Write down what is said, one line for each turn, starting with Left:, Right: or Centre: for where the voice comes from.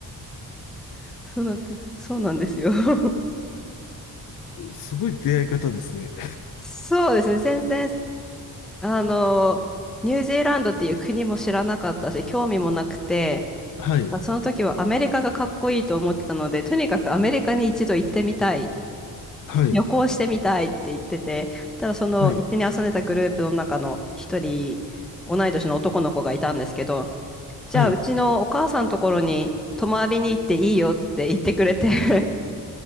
Centre: <laughs> そうなん、そうなんですよ。<laughs>
Left: すごい出会い方ですね。
Centre: そうですね。全然あの、ニュージーランドっていう国も知らなかったし、興味もなくて、
Left: はい、
Centre: まあ、その時はアメリカがかっこいいと思ってたので、とにかくアメリカに一度行ってみたい
Left: はい、
Centre: 旅行してみたいって言ってて、ただその一緒に遊んでたグループの中の一人、
Left: はい、
Centre: 同い年の男の子がいたんですけど、じゃあうちのお母さんのところに泊まりに行っていいよって言ってくれて
Left: はい、
Centre: <laughs>